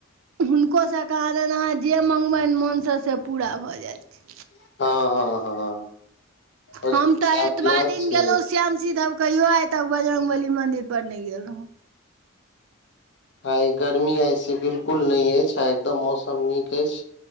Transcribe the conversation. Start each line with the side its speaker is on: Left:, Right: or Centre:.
Right: हुनको स कहाँ दिन अहाँ जें मँगबैन मोनस से पूरा भऽ जाइत छै
Left: <unintelligible> ओ
Right: हम
Left: जे
Right: तऽ एतबा दिन
Left: छै
Right: गेलौ श्यामसी धाम कहियो आ तक बजरंगबली मंदिर पर नै गेल रहुँ
Left: आइ गर्मी आइ से बिल्कुल नै ऐछ आइ एकदम मौसम नीक अछि।